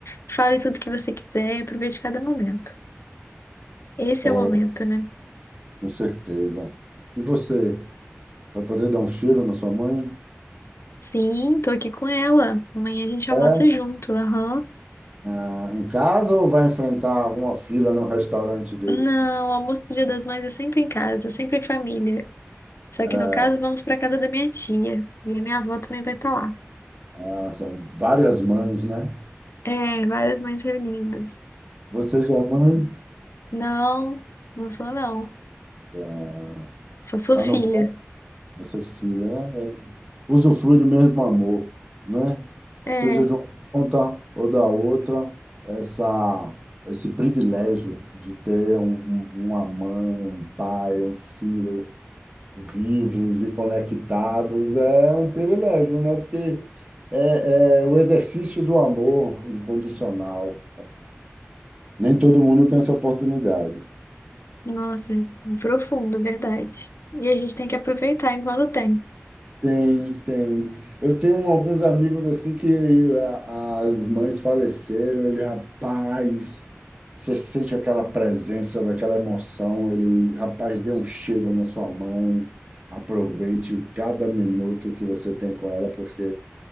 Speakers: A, on the left; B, on the right.
A: Fale tudo que você quiser e aproveite cada momento. Esse
B: É,
A: é o momento, né?
B: com certeza. E você, vai poder dar um cheiro na sua mãe?
A: Sim, tô aqui com ela. Amanhã a gente
B: É?
A: almoça junto, aham.
B: Ah, em casa ou vai enfrentar alguma fila num restaurante desse?
A: Não, o almoço do Dia das Mães é sempre em casa, sempre em família. Só
B: É,
A: que no caso, vamos para casa da minha tia. E a minha avó também vai estar lá.
B: ah, são várias mães, né?
A: É, várias mães reunidas.
B: Você já é mãe?
A: Não, não sou não.
B: Ah,
A: Só sou
B: Tá
A: filha.
B: no Essa filha, né? Usufrui do mesmo amor, né?
A: É,
B: Seja de uma ponta ou da outra, essa, esse privilégio de ter um, um- uma mãe, um pai, um filho vivos e conectados é um privilégio, né? Porque é, é o exercício do amor incondicional. Nem todo mundo tem essa oportunidade.
A: nossa, profundo, verdade. E a gente tem que aproveitar enquanto tem.
B: Tem, tem. Eu tenho alguns amigos assim que a- as mães faleceram, ele, rapaz, você sente aquela presença, daquela emoção, ele, rapaz, dê um cheiro na sua mãe, aproveite cada minuto que você tem com ela, porque